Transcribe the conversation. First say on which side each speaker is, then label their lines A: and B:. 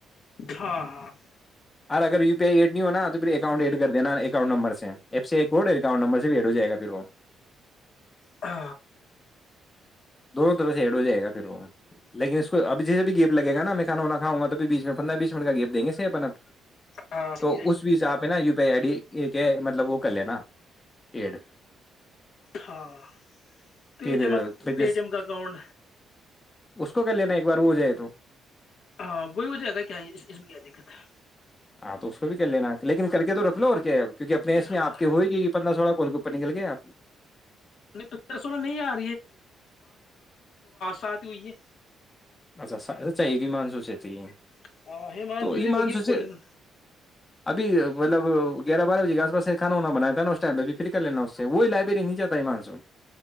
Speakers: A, on the left; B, on the left.
A: ہاں ہاں
B: ار اگر یو پی آئی ایڈ نہیں ہونا تو پھر اکاؤنٹ ایڈ کر د ین اؤنٹ نمبر سے ایپ سے ایک گ اکاؤنٹ نمبر سے بھی ایڈ ہو جائے گا پھر وہ
A: ہ
B: دونوں طرح سے ایڈ ہو جائے گا پھر وہ لن اس کو اب جیے بھی گیپ لگےا میں کھاانا کاؤں گا تو بیچ میں پندرہ بیس منٹ کا گیپ دیں گے س اپن اب
A: ہاں
B: تو اس بیچ آپ ہے نا و پ ایڈی یہ کیا مطلب وہ کر لے نا ایڈ
A: ہاں پ
B: پھر
A: ٹیمک
B: پھر
A: پ
B: جس
A: ٹیم کا کن
B: اس کو کر لینا ایک بار وہ جائے تو
A: ہاں وہی ہو جائے گا کیا اس میں کیا دقت ہے
B: ہاں تو اس کو بھی کر لینا لیکن کر کے تو رکھ لو اور کیا ہے اب کیکہ اپنے اسس میں آ
A: ہاں
B: کے ہوئے گی پندر سو کو اور گپ نکل گے آپ
A: نہیں پندرہ سولہ نہیں آ ساد ہوئی ہے
B: اچھا چاہے مان سوچے تھی
A: ہے ہیمانشو
B: تو ای
A: سے ہوگی
B: مان سوچے
A: اب کالنگ
B: ابھی مطلب گیہ بار بے کےس سےھانا بنایا تھا ن اس ٹم پھر کر لینا اس سے وہی لائبری نہیں جا ایمان سو